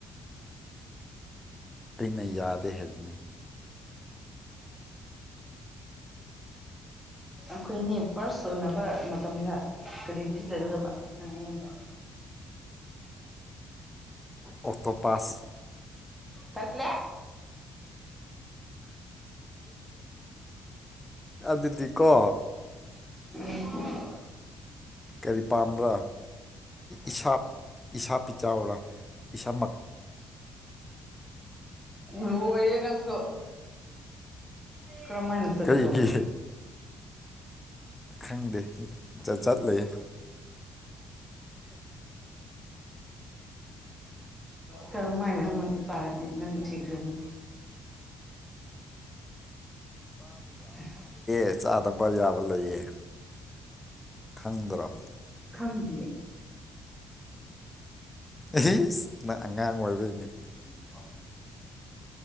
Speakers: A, on the left; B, in the centre.
A: ꯑꯩꯅ ꯌꯥꯗꯦ ꯍꯥꯏꯕꯅꯤ
B: ꯑꯩꯈꯣꯏꯅꯤ ꯄꯥꯔꯁ ꯁꯣꯟꯅꯕ ꯃꯇꯝꯗ ꯀꯔꯤ ꯄꯤꯖꯒꯗꯕ ꯑꯩꯉꯣꯟꯗ
A: ꯑꯣꯇꯣ ꯄꯥꯁ
B: ꯇꯟꯂꯦ
A: ꯑꯗꯨꯗꯤ ꯀꯣ
B: ꯎ
A: ꯀꯔꯤ ꯄꯥꯝꯕ꯭ꯔꯥ ꯏꯁꯥ ꯏꯁꯥ ꯄꯤ ꯆꯥꯎꯔꯥ ꯏꯁꯥꯃꯛ
B: ꯂꯣꯏꯔꯦ ꯅꯪꯁꯨ ꯀꯔꯃꯥꯏꯅ ꯆꯠꯀꯗꯕꯅꯣ
A: ꯀꯔꯤꯒꯤ ꯈꯪꯗꯦꯠ ꯆꯠ ꯂꯩ
B: ꯀꯔꯝ ꯍꯥꯏꯅ ꯅꯪꯉꯣꯟꯗ ꯄꯥꯔꯗꯤ ꯅꯪ ꯊꯤꯈ꯭ꯔꯅꯤ <unintelligible>
A: ꯀꯩ ꯆꯥꯗꯕ ꯌꯥꯕ ꯂꯩꯌꯦ ꯈꯪꯗ꯭ꯔꯣ
B: ꯈꯪꯗꯤꯌꯦ
A: ꯑꯩꯁ ꯅ ꯑꯉꯥꯡ ꯑꯣꯏꯕꯩꯅꯤ
B: <unintelligible> ꯎꯝ